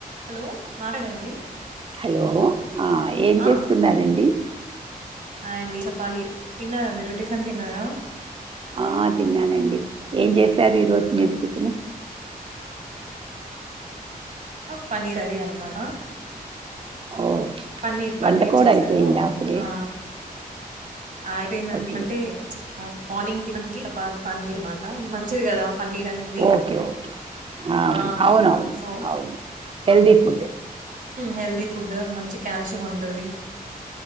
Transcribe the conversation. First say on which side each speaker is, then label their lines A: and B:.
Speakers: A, on the right; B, on the right.
A: హలో మాట్లాడండి.
B: హలో ఆ ఏం
A: ఆ
B: చేస్తున్నారండి.
A: హాయ్ అండి చెప్పాలి తిన్నారా మీరు. టిఫిన్ తిన్నారా.
B: ఆ తిన్నానండి ఏం చేశారు ఈ రోజు మీరు టిఫిన.
A: పన్నీర్ కర్రీ అన్నమాట
B: ఓ
A: పన్నీర్ పన్నీర్
B: వంట కూడా
A: చేసానూ.
B: అయిపోయిందా అప్పుడే
A: ఆ అయిపోయిందండి
B: ఓకే
A: అంటే మార్నింగ్ టిఫిన్ కి చపాతి పన్నీర్ అనమాట. మంచిది కదా. పన్నీర్ అనేది
B: ఓకే ఓకే అవును.
A: ఆ
B: అవునువును
A: సో
B: అవును. హెల్దీ ఫుడే.
A: హెల్తీ ఫుడ్ మంచి కాల్షియం ఉంటది.